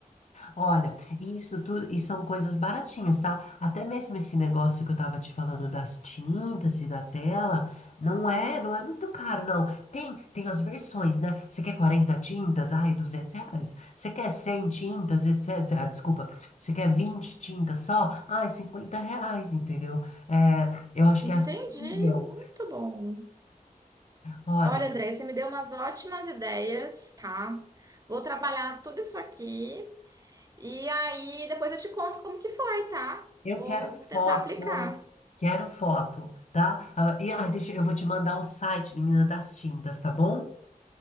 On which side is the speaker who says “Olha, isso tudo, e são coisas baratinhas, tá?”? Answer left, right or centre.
Left